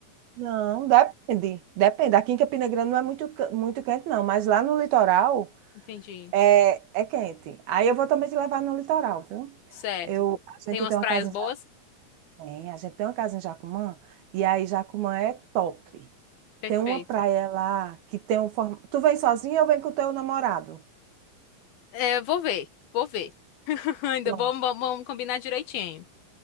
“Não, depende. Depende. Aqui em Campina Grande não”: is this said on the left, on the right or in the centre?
Right